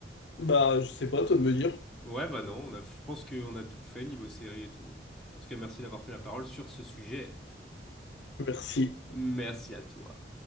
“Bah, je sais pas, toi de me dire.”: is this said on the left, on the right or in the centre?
Left